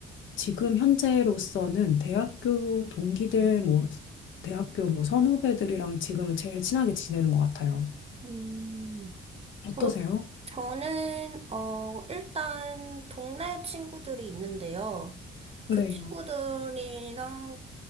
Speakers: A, on the left (about 75°); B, on the right (about 30°).
A: 지금 현재로서는 대학교 동기들 뭐 대학교 뭐 선후배들이랑 지금은 제일 친하게 지내는 것 같아요.
B: 음.
A: 어떠세요?
B: 저, 저는, 어, 일단, 동네 친구들이 있는데요. 그
A: 네.
B: 친구들이랑